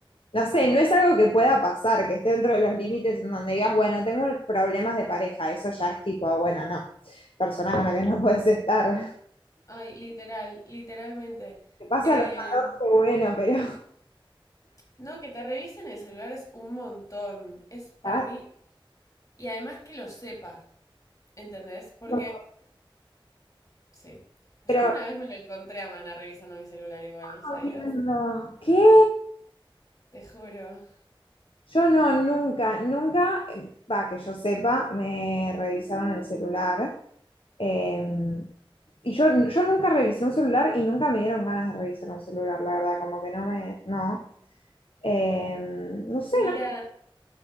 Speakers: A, on the left; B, on the left.
A: No sé, no es algo que pueda pasar, que esté dentro de los límites en donde digas, bueno, tengo problemas de pareja, eso ya es tipo, bueno, no, persona con la que no <laughs> puedes estar.
B: Ay, literal, literalmente.
A: Que pase
B: Eh,
A: a los 14, bueno, pero...
B: no, que te revisen el celular es un montón. Es para
A: <laughs> ah,
B: mí. Y además que lo sepa, ¿entendés? Porque,
A: no,
B: sí. Yo
A: Pero,
B: una vez me lo encontré a Mana revisando mi celular igual, ¿sabías?
A: jodiendo. ¿qué?
B: Te juro.
A: Yo no, nunca, nunca, eh, va, que yo sepa, me revisaron el celular. eh, y yo, yo nunca revisé un celular y nunca me dieron ganas de revisar un celular, la verdad, como que no me, no. Eh, no sé,
B: Mira,
A: no.